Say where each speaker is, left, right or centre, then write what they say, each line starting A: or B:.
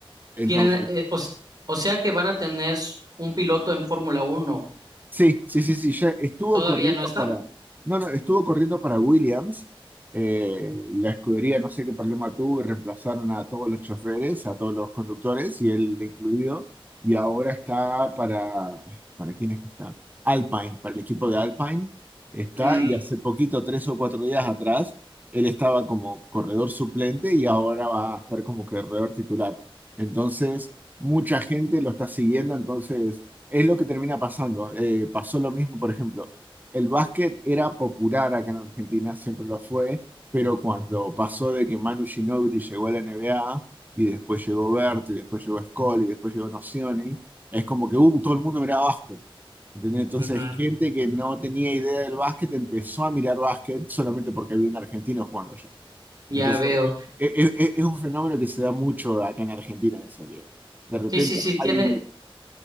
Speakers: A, on the right; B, on the right.
A: Entonces,
B: Tienen, eh, o, s- o sea que van a tener s- un piloto en Fórmula Uno.
A: Sí, sí, sí, sí, ya estuvo
B: ¿Todavía
A: corriendo
B: no está?
A: para, no, no, estuvo corriendo para Williams, eh, la escudería no sé qué problema tuvo y reemplazaron a todos los choferes, a todos los conductores y él incluido, y ahora está para, ¿para quién es que está? Alpine, para el equipo de Alpine está,
B: Mm,
A: y hace poquito, tres o cuatro días atrás, él estaba como corredor suplente y ahora va a estar como corredor titular. Entonces, mucha gente lo está siguiendo, entonces es lo que termina pasando. Eh, pasó lo mismo, por ejemplo, el básquet era popular acá en Argentina, siempre lo fue, pero cuando pasó de que Manu Ginóbili llegó a la NBA y después llegó Berti, y después llegó Scola y después llegó Nocioni, es como que uh, todo el mundo miraba básquet. ¿entendés? Entonces,
B: ujú,
A: gente que no tenía idea del básquet empezó a mirar básquet solamente porque había un argentino jugando allá.
B: Ya
A: Entonces,
B: veo.
A: es, es- es un fenómeno que se da mucho acá en Argentina, eso, que de repente
B: Sí, sí, sí, tiene.
A: hay,